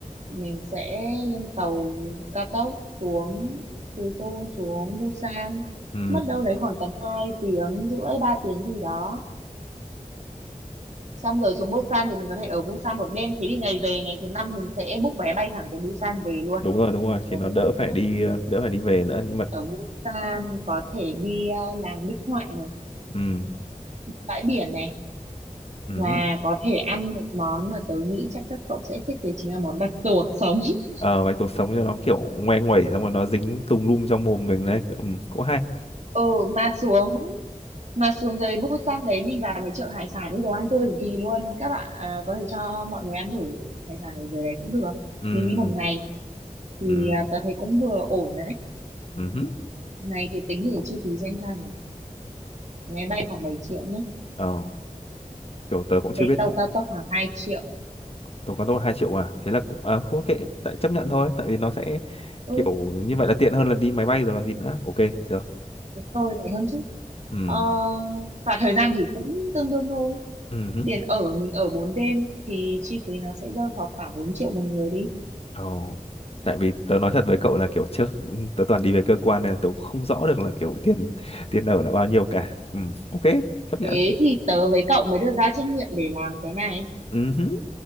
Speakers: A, on the right; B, on the left.
A: mình sẽ lên tàu cao tốc xuống từ Seoul xuống Busan.
B: Ừ,
A: Mất đâu đấy khoảng tầm 2 tiếng rưỡi 3 tiếng gì đó. Xong rồi xuống Busan thì mình có thể ở Busan một đêm. Thế thì ngày về ngày thứ năm mình sẽ book vé bay thẳng từ Busan về luôn.
B: đúng rồi, đúng rồi, thì
A: Tớ
B: nó
A: thấy
B: đỡ
A: hợp lý
B: phải
A: nhé.
B: đi ờ, đỡ phải đi về nữa nhưng mà
A: Ở Busan có thể đi ờ, làng bích họa này,
B: ừ,
A: bãi biển này
B: ừ.
A: mà có thể ăn một món mà tớ nghĩ chắc các cậu sẽ thích đấy chính là món bạch tuộc sống. <laughs>
B: Ờ, bạch tuộc sống cho nó kiểu ngoe nguẩy xong rồi nó dính tùm lum trong mồm mình đấy, ừ, cũng hay.
A: Ừ, mà xuống mà xuống dưới Busan đấy mình vào mấy chợ hải sản đi đồ ăn tươi cực kỳ luôn. Các bạn à, có thể cho mọi người ăn thử hải sản ở dưới đấy cũng được.
B: Ừ,
A: Mình đi một ngày thì
B: ừ,
A: à, tớ thấy cũng vừa ổn đấy.
B: ừ.
A: Này thì tính thử chi phí xem sao nhỉ. Máy bay khoảng 7 triệu nhé.
B: Ờ, kiểu tớ cũng chưa
A: Cái
B: biết
A: tàu cao tốc khoảng hai triệu.
B: tớ có đâu 2 triệu à. Thế là cũng à, không kệ, tại chấp nhận thôi, tại vì nó sẽ
A: Ừ,
B: kiểu như vậy là tiện hơn là đi máy bay rồi còn gì nữa. Ok, được.
A: đúng rồi, rẻ hơn chứ.
B: Ừ.
A: Ờ, và thời gian thì cũng tương đương thôi
B: Ừ.
A: tiền ở mình ở 4 đêm thì chi phí nó sẽ rơi vào khoảng 4 triệu một người đi
B: Ồ. Tại vì tớ nói thật với cậu là kiểu trước ừ, tớ toàn đi về cơ quan nên là tớ cũng không rõ được là kiểu tiền tiền ở là bao nhiêu cả. Ừ, ok, chấp nhận.
A: thế thì tớ với cậu mới được giao trách nhiệm để làm cái này
B: Ừ, hứ,